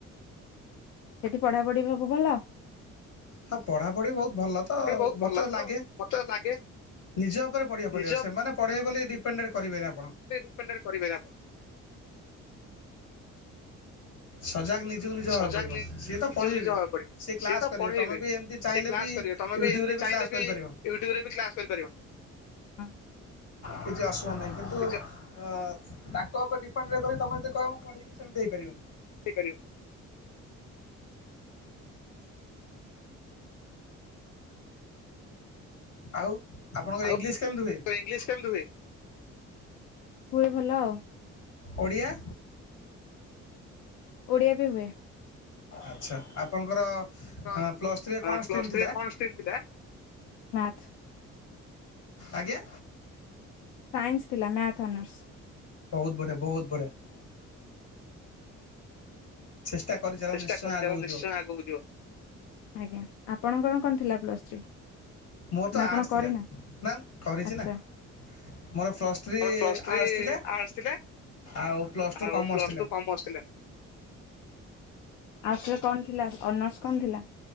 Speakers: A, on the left; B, on the left.
A: ସେଠି ପଢାପଢି ବାବୁ ଭଲ
B: ହଁ ପଢ଼ାପଢ଼ି ବହୁତ ଭଲ ତ
A: ବହୁତ ଭଲ
B: ମୋତେ
A: ତ
B: ଲାଗେ
A: ମତେ ଲାଗେ
B: ନିଜ ଉପରେ ପଢ଼ିବାକୁ
A: ନିଜ
B: ପଡ଼ିବ ସେମାନେ ପଢ଼େଇବ ବୋଲି ଡିପେଣ୍ଡେଡ଼୍ କରିବେନି ଆପଣ।
A: ଡିପେଣ୍ଡ କରିବେନି ଆପଣ
B: ସଜାଗ ନିଜକୁ ନିଜ ହେବାକୁ
A: ସଜାଗ
B: ପଡ଼ିବ
A: ନି
B: ସିଏ ତ
A: ନିଜକୁ
B: ପଢ଼େଇବେ
A: ନିଜ ହବାକୁ ପଡିବ
B: ସିଏ କ୍ଲାସ୍
A: ସିଏତ
B: କରିବେ
A: ପଢେଇବେ
B: ତୁମେ ବି ଏମିତି ଚାହିଁଲେ
A: ସେ କ୍ଲାସ
B: ବି
A: କରିବେ ତମେ
B: ୟୁଟ୍ୟୁବରେ
A: ବି ଏମିତି ଚାହିଁଲେ
B: କ୍ଲାସ୍ କରିପାରିବ
A: ବି ୟୁଟ୍ୟୁବରେ ବି କ୍ଲାସ୍ କରିପାରିବ।
B: କିଛି ଆସୁବ ନାହିଁ କିନ୍ତୁ
A: ଅସୁବିଧା
B: ହ ତାଙ୍କ ଉପରେ ଡିପେଣ୍ଡଡ କରି ତମେ ଯଦି କହିବ ମୁଁ ପଢ଼ିବି ସେମିତି ହେଇପାରିବନି।
A: ହେଇପାରିବ
B: ଆଉ ଆପଣଙ୍କର
A: ଆଉ
B: ଇଂଲିଶ କେମିତି ହୁଏ?
A: ଇଂଲିଶ କେମିତି ହୁଏ? ହୁଏ ଭଲ ଆଉ।
B: ଓଡ଼ିଆ
A: ଓଡ଼ିଆ ବି ହୁଏ।
B: ଆଚ୍ଛା ଆପଣଙ୍କର
A: ତ
B: ପ୍ଲସ୍ ଥ୍ରୀରେ କଣ
A: ପ୍ଲସ
B: ଷ୍ଟ୍ରିମ୍
A: ଥ୍ରୀରେ
B: ଥିଲା?
A: କଣ ଷ୍ଟ୍ରିମ୍ ଥିଲା? ମ୍ୟାଥ
B: ଆଜ୍ଞା
A: ସାଇନ୍ସ ଥିଲା ମ୍ୟାଥ୍ ଅନର୍ସ
B: ବହୁତ ବଢ଼ଆ, ବହୁତ ବଢିଆ ଚେଷ୍ଟା କରିଚାଲ
A: ଚେଷ୍ଟା
B: ନିଶ୍ଚୟ
A: କରି
B: ଆଗକୁ
A: ଚାଲ ନିଶ୍ଚୟ
B: ଯିବ।
A: ଆଗକୁ ଯିବ। ଆଜ୍ଞା ଆପଣଙ୍କର କଣ ଥିଲା ପ୍ଲସ୍ ଥ୍ରୀ?
B: ମୋର ତ
A: ନା
B: ଆର୍ଟ୍ସ
A: ଆପଣ
B: ଥିଲା।
A: କରିନା
B: ନା କରିଛି
A: ଆଚ୍ଛା।
B: ନା ମୋର ପ୍ଲସ୍ ଥ୍ରୀ
A: ମୋର ପ୍ଲସ ଥ୍ରୀ
B: ଆର୍ଟସ୍ ଥିଲା।
A: ଆର୍ଟସ ଥିଲା
B: ଆଉ ପ୍ଲସ୍ ଟୁ
A: ଆଉ
B: କମର୍ସ
A: ପ୍ଲସ
B: ଥିଲା।
A: ଟୁ କମର୍ସ ଥିଲା। ଆର୍ଟ୍ସ ରେ କଣ ଥିଲା ଅନର୍ସ କଣ ଥିଲା?